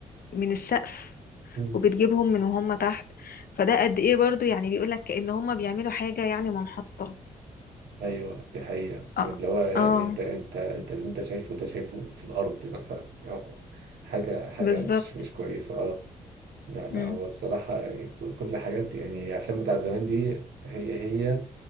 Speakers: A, on the left; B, on the right.
A: من السقف
B: مم.
A: وبتجيبهم من وهم تحت فده قد ايه برضو يعني بيقول لك كأن هم بيعملوا حاجة يعني منحطة
B: ايوه دي حقيقة
A: اه,
B: اللي هو يعني
A: آه
B: انت انت انت اللي انت شايفه ده شايفه في الارض مثلا يعني هو حاجة حاجة
A: بالظبط
B: مش مش كويسة اه لا لا
A: امم
B: هو بصراحة يعني كل كل الحاجات يعني الافلام بتاعت زمان دي هي هي